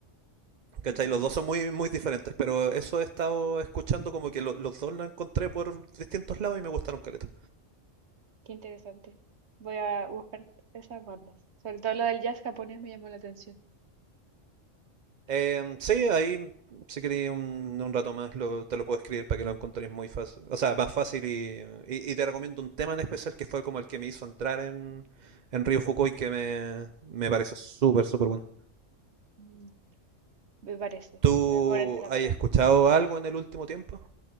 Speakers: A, on the right (about 45°); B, on the right (about 60°).
A: ¿Cachai?
B: Mm,
A: Los dos son muy, muy diferentes, pero eso he estado escuchando como que lo- los dos lo encontré por distintos lados y me gustaron caleta.
B: qué interesante. Voy a buscar esas bandas. Sobre todo lo del jazz japonés me llamó la atención.
A: Em, sí, ahí si queréis un, un rato más lo- te lo puedo escribir para que lo encontréis muy fácil, o sea, más fácil y, y- y te recomiendo un tema en especial que fue como el que me hizo entrar en, en Río Fukui que me, me pareció súper, súper bueno.
B: Mm, me parece.
A: ¿Tú
B: Voy a cobrarte la
A: has
B: palabra.
A: escuchado algo en el último tiempo?